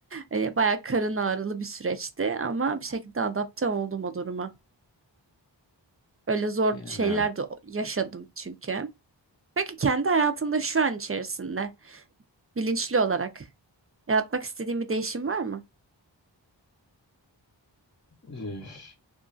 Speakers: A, on the right (about 30°); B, on the left (about 35°).
A: E, bayağı karın ağrılı bir süreçti ama bir şekilde adapte oldum o duruma. Öyle zor
B: Yani
A: şeyler
B: evet.
A: de o- yaşadım çünkü. Peki kendi hayatında şu an içerisinde bilinçli olarak yaratmak istediğin bir değişim var mı?
B: Üf.